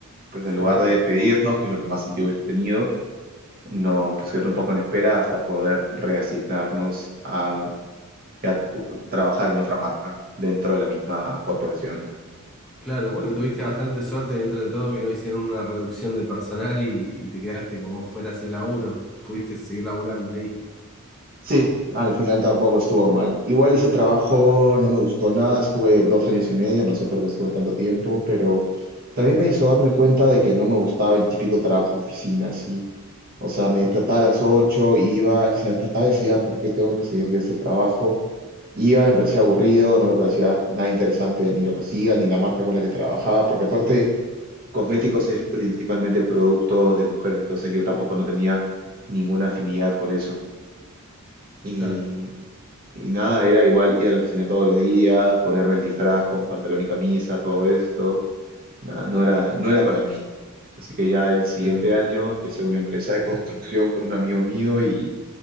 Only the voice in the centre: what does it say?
Sí.
Claro, bueno, tuviste bastante suerte dentro de todo que no hicieron una reducción de personal y, y te quedaste como fuera sin laburo. Pudiste seguir laburando ahí.
Mm,
Claro,
claro.